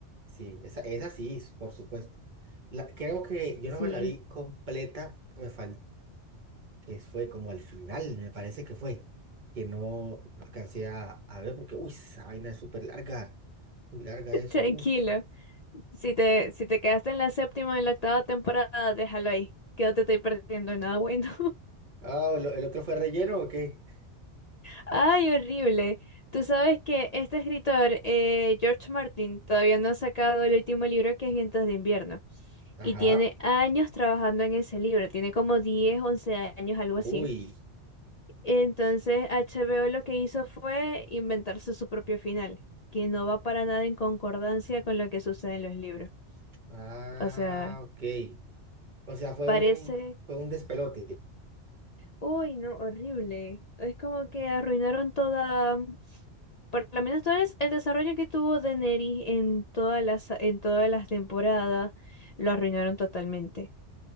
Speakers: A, on the right; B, on the left.
A: Sí, esa, esa sí, por supuesto. La, creo que yo
B: Sí.
A: no me la vi completa, me fal- que fue como al final, me parece que fue, que no no alcancé a, a ver porque, uy, esa vaina es súper larga, muy larga
B: <laughs>
A: eso,
B: Tranquilo.
A: uff.
B: Si te, si te quedaste en la séptima o en la octava temporada, déjalo ahí, que no te estoy perdiendo nada bueno.
A: Ah, ¿el, el otro fue relleno o qué?
B: Ay, horrible. Tú sabes que este escritor, eh, George Martin, todavía no ha sacado el último libro que es Vientos de Invierno.
A: Ajá.
B: Y tiene años trabajando en ese libro, tiene como 10, 11 años, algo
A: Uy.
B: así. Entonces, H. B. O. lo que hizo fue inventarse su propio final, que no va para nada en concordancia con lo que sucede en los libros.
A: Ah,
B: O sea,
A: ok. O sea, fue
B: parece...
A: un, fue un despelote.
B: Uy, no, horrible. Es como que arruinaron toda... Por lo menos todo es- el desarrollo que tuvo Daenerys en todas las, en todas las temporadas lo arruinaron totalmente.